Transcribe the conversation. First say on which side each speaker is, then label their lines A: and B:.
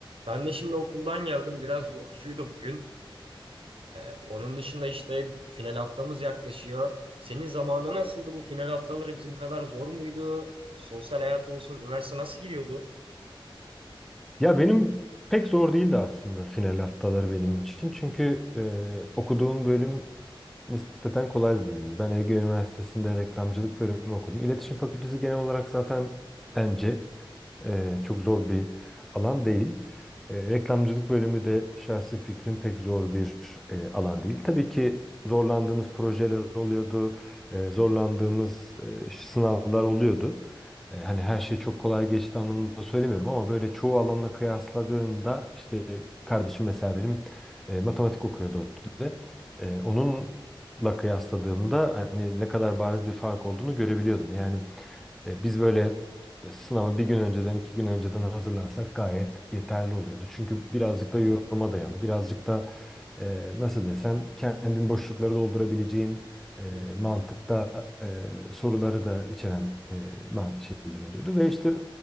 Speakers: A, on the right (about 85°); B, in the centre.
A: Ben de şimdi okuldan geldim. Biraz yorucuydu bugün. Ee, onun dışında işte final haftamız yaklaşıyor. Senin zamanında nasıldı bu final haftaları bizim kadar zor muydu? Sosyal hayat olsun, üniversite nasıl gidiyordu?
B: Ya benim pek zor değildi aslında final haftaları benim için. Çünkü e, okuduğum bölüm nispeten kolay bir bölümdü. Ben Ege Üniversitesi'nde reklamcılık bölümü okudum. İletişim Fakültesi genel olarak zaten bence ee, çok zor bir alan değil. Ee, reklamcılık bölümü de şahsi fikrim pek zor bir e, alan değil. Tabii ki zorlandığımız projeler oluyordu, e, zorlandığımız e, sınavlar oluyordu. E, hani her şey çok kolay geçti anlamında söylemiyorum ama böyle çoğu alanla kıyasladığında işte kardeşim mesela benim e, matematik okuyordu ODTÜ'de. E, onunla kıyasladığımda hani ne kadar bariz bir fark olduğunu görebiliyordum. Yani e, Biz böyle e, sınava bir gün önceden, iki gün önceden hazırlansak gayet yeterli oluyordu. Çünkü birazcık da yoruma dayalı, birazcık da e, nasıl desem kendin boşlukları doldurabileceğin e,
A: Hı hı.
B: mantıkta e, soruları da içeren e, man- şeyler oluyordu. Ve işte e,